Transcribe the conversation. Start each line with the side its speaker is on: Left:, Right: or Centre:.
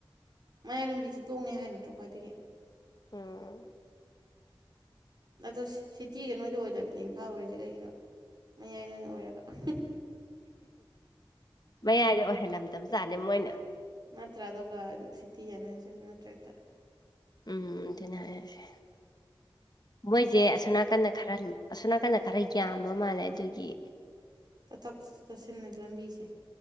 Right: ꯃꯌꯥꯏ ꯂꯝꯕꯤꯁꯦ ꯇꯣꯡꯉꯦ ꯍꯥꯏ ꯅꯠꯇ꯭ꯔꯣ ꯈ꯭ꯋꯥꯏꯗꯒꯤ
Left: ꯎꯥ
Right: ꯑꯗꯣ ꯁꯤꯇꯤꯒ ꯅꯣꯏꯗꯤ ꯑꯣꯏꯗꯕꯤꯗ ꯏꯝꯐꯥꯜ ꯑꯣꯏꯔꯤꯁꯦ ꯀꯩꯒꯤꯅꯣ ꯃꯌꯥꯏꯅ ꯅꯣꯏꯅ ꯑꯣꯏꯅ ꯑꯣꯏꯔꯒ
Left: ꯃꯌꯥꯏꯗ ꯑꯣꯏꯍꯜꯂꯝꯗꯕꯖꯥꯠꯅꯦ ꯃꯣꯏꯅ
Right: ꯅꯠꯇ꯭ꯔꯥ ꯑꯗꯨꯒ ꯁꯤꯇꯤ ꯍꯥꯏꯅ ꯍꯥꯏꯖꯜꯂꯦ ꯅꯠꯇ꯭ꯔꯒꯗ
Left: ꯎꯝ ꯑꯗꯨꯅ ꯍꯥꯏꯔꯁꯦ ꯃꯣꯏꯁꯦ ꯑꯁꯣꯝ ꯅꯥꯀꯟꯗ ꯈꯔ ꯑꯁꯣ ꯅꯥꯀꯟꯗ ꯈꯔ ꯌꯥꯝꯕ ꯃꯥꯜꯂꯦ ꯑꯗꯨꯒꯤ
Right: ꯆꯠꯊꯣꯛ ꯆꯠꯁꯤꯟꯅ ꯂꯝꯕꯤꯁꯦ